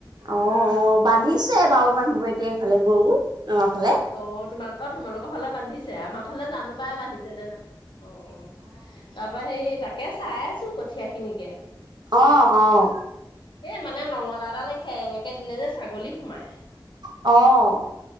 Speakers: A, on the right; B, on the left.
A: অ' অ'! বান্ধিছে বাৰু মানুহবোৰে, এতিয়া এইফালে গৰু। আমাৰ ফালে।
B: অ'! তোমা, অ'! তোমালোকৰ ফালে বান্ধিছে? আমাৰ ফালে, জানোঁ পাই! বান্ধিছে নে নাই। অ' অ'! তাৰপৰা সেই, তাকে চাই আছোঁ, কঠীয়া খিনিকে।
A: অ'! অ'!
B: এ, মানে নঙলাডাল সেৰেঙাকে দিলে যে, ছাগলী সোমাই।
A: অ'!